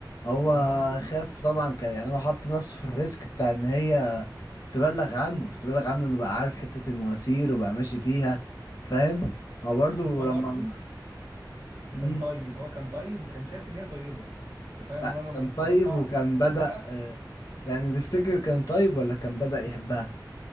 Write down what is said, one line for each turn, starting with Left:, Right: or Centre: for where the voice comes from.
Left: هو
Right: ايوه
Left: خاف طبعا كان يعني هو حط نفسه في الريسك بتاع ان هي تبلغ عنه تبلغ عنه انه بقى عارف حتة المواسير وبقى ماشي فيها فاهم هو برضه
Right: ما
Left: لما
Right: برضو
Left: مم.
Right: كان طيب هو كان طيب وكان شايف ان هي طيبه انت فاهم
Left: لا
Right: يعني انا لما
Left: كان طيب
Right: كان بيروح لها
Left: وكان
Right: مش عارف
Left: بدأ
Right: ايه وبتاع،
Left: آه، يعني تفتكر كان طيب ولا كان بدأ يحبها